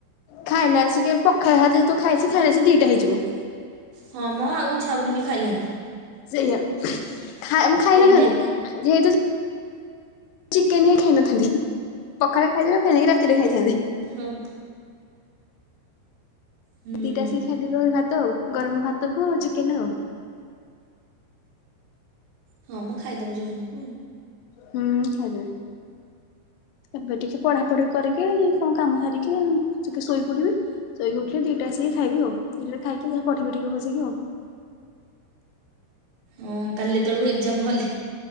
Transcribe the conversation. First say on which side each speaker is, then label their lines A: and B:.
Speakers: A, on the left (about 80°); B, on the right (about 70°).
A: ଖାଇଲା ଆସିକି ପଖାଳ ହାତ ଯେତୁ ଖାଇଚି ଖାଇଲା ଆସି ଦିଟା ହେଇଯିବ।
B: ହଁ ମ ଆଉ ଇଚ୍ଛା ହବନି ବି ଖାଇବାକୁ।
A: ସେଇଆ ଖା ମୁ ଖାଇ
B: ଏଇଟା
A: ନଥାନ୍ତି ଯେହେତୁ ଚିକେନ ହିଁ ଖାଇ ନଥାନ୍ତି ପଖାଳ ଖାଇ ଖାଇଦେଇକି ରାତିରେ ଖାଇଥାନ୍ତି।
B: ହଁ। ହୁଁ।
A: ଦିଟା ଆସିକି ଖାଇଦେବି ଆଉ ଭାତ ଆଉ ଗରମ ଭାତକୁ ଆଉ ଚିକେନ ଆଉ।
B: ହଁ ମୁଁ ଖାଇଦବ ଯୋଡନାକୁ।
A: ହୁଁ ଖଇଦେବି। ଏବେ ଟିକେ ପଢାପଢି କରିକି କଣ କାମ ସାରିକି ଟିକେ ଶୋଇପଡିବି। ଶୋଇକି ଉଠିଲେ ଦିଟା ଆସି ଖାଇବି ଆଉ ଦିଟାରେ ଖାଇକି ଯାହା ପଢିବି ଟିକେ ବସିକି ଆଉ।
B: ହଁ କାଲି ଏତେବେଳକୁ ଏକ୍ଜାମ ହଲ ରେ।